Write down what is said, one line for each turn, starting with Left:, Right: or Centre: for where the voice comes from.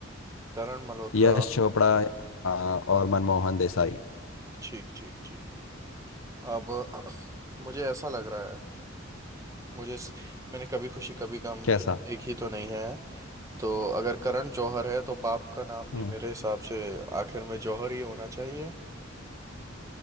Right: करण मल्होत्रा
Left: यश चोपड़ा हाँ, और मनमोहन देसाई
Right: ठीक ठीक ठीक अब <clears throat> मुझे ऐसा लग रहा है मुझे इस- मैंने कभी खुशी कभी गम
Left: कैसा
Right: के- देखी तो नहीं है तो अगर करण जौहर है तो बाप का नाम भी
Left: हम्म
Right: मेरे हिसाब से आखिर में जौहर ही होना चाहिए